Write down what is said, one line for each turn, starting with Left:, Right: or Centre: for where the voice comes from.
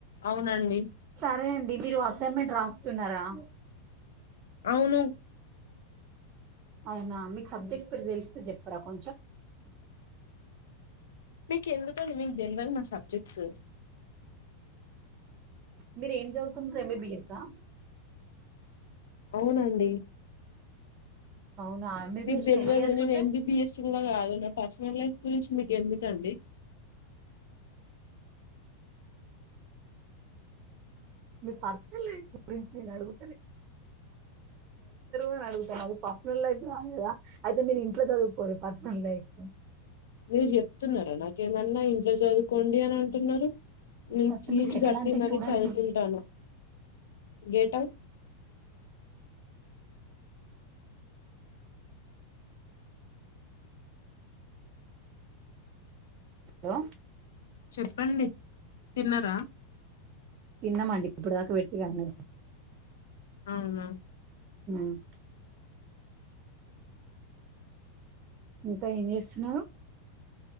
Left: అవునండి
Right: సరే అం డి మీరు అసైన్మెంట్ రాస్తున్నారా
Left: అవును
Right: అవునా మీకు సబ్జెక్ట్ ఇప్పుడు తెలిస్తే చెప్పరా కొంచెం
Left: మీకు ఎందుకండి మీకు తెల్వదు నా సబ్జెక్ట్స్
Right: మీర ఏం చవుతుంటేమే బిఎసా
Left: అవునండి
Right: అవునా ఎంబీబీఎస్
Left: నీకు తెల్వదు
Right: లో ఎన్ని ఇయర్స్
Left: <unintelligible>
Right: ఉంటాయి
Left: ఎంబీబీఎస్ కూడా కాదు నా పర్సనల్ లైఫ్ గురించి మీకు ఎందుకండి
Right: మీ పర్సకల్ లే ప్రిన్సిని అడుగు అని అడుగుతాను అది పర్సనల్ లైఫ్ కాదు కదా అయితే మీరు ఇంట్లో చదువుకోరు పర్సనల్ లైఫ్
Left: మీరు చెప్తున్నారా నాకేమన్నా ఇంట్లో చదువుకోండి అని అంటున్నారు నేను
Right: ఫస్ట్
Left: ఫీజు
Right: మీకు ఎట్లాంటి
Left: కట్టి మరీ
Right: స్టూడెంట్స్
Left: చదువుకుంటాను గేట
Right: లో
Left: చెప్పండి తిన్నరా
Right: తిన్నామండి ఇప్పుడుదాకా పెట్టిగా అన్నం
Left: అవునా
Right: మ్ ఇంకా ఏం చేస్తున్నారు